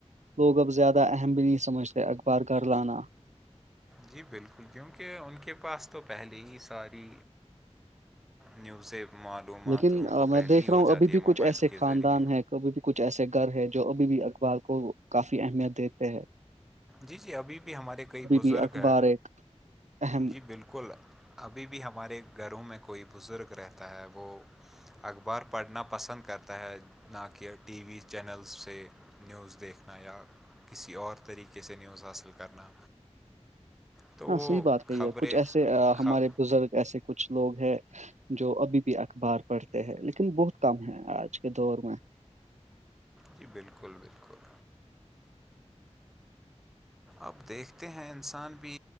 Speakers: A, on the right (about 85°); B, in the centre.
A: لوگ اب زیادہ اہم بھیلی سمجتے اخبار گار لانا
B: جی بالکل کیونکہ ان کے پاس تو پہلے ہی ساری نیوزیں معلومات
A: لیکن
B: ان
A: آ،
B: کو
A: میں
B: پہلے
A: دیکھ
B: ہی ہو
A: رہا ہوں
B: جاتی
A: ابھی بھی
B: ہے
A: کچھ
B: موبائل
A: ایسے
B: کے
A: خاندان
B: ذریعے
A: ہیں کبھی بھی کچھ ایسے گھر ہے جو ابھی بھی اخبار کو کافی اہمیت دیتے ہے
B: جی جی ابھی بھی ہمارے کئی بزرگ
A: بھی اخبار
B: ہیں
A: ایک اہم
B: جی بالکل ابھی بھی ہمارے گھروں میں کوئی بزرگ رہتا ہے وہ اخبار پڑھنا پسند کرتا ہے نہ کہ ٹی وی چینلس سے نیوز دیکھنا یا کسی اور طریقے سے نیوز حاصل کرنا تو وہ
A: ہاں صحیح بات
B: خبریں
A: کہی ہے کچھ ایسے
B: خب
A: ہمارے بزرگ ایسے کچھ لوگ ہیں جو ابھی بھی اخبار پڑھتے ہیں لیکن بہت کم ہے آج کے دور میں
B: جی بالکل بالکل اب دیکھتے ہیں انسان بھی